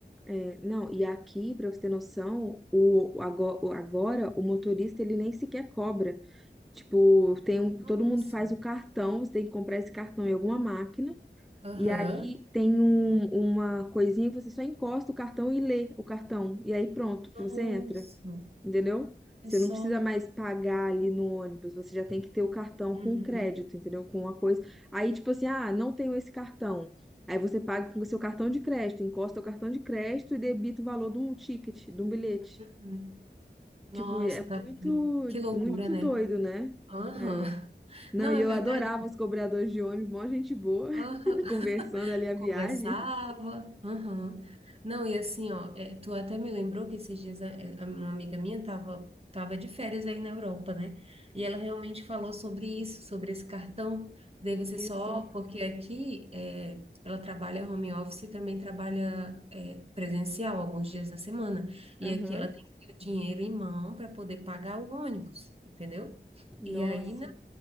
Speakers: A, in the centre; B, on the right.
A: É, não, e aqui, pra você ter noção, o, o ago- o- agora o motorista ele nem sequer cobra. Tipo, tem um,
B: Nossa.
A: todo mundo faz o cartão, você tem que comprar esse cartão em alguma máquina.
B: Aham.
A: E aí tem um- uma coisinha que você só encosta o cartão e lê o cartão. E aí pronto,
B: Nossa.
A: você entra, entendeu?
B: É
A: Você
B: só.
A: não precisa mais pagar ali no ônibus, você já tem que ter o cartão
B: Uhum.
A: com crédito, entendeu? Com uma coisa. Aí, tipo assim, ah, não tenho esse cartão. Aí você paga com o seu cartão de crédito, encosta o cartão de crédito e debita o valor de um ticket, de um bilhete.
B: Uhum. Nossa,
A: Tipo, é
B: tá-
A: muito,
B: que loucura,
A: muito
B: né?
A: doido, né?
B: Aham.
A: É. Não,
B: Não,
A: e
B: é
A: eu
B: verdade.
A: adorava os cobradores de ônibus, mó gente boa,
B: Aham.
A: <laughs>
B: <laughs>
A: conversando ali a viagem.
B: Conversava. aham. Não, e assim, ó, é, tu até me lembrou que esses dias a- é, a- uma amiga minha tava, tava de férias aí na Europa, né? E ela realmente falou sobre isso, sobre esse cartão. Daí você
A: Isso.
B: só, porque aqui é, ela trabalha home office e também trabalha é, presencial alguns dias da semana. E
A: Aham.
B: aqui ela tem que ter o dinheiro em mão para poder pagar o ônibus, entendeu?
A: Nossa.
B: E aí, não.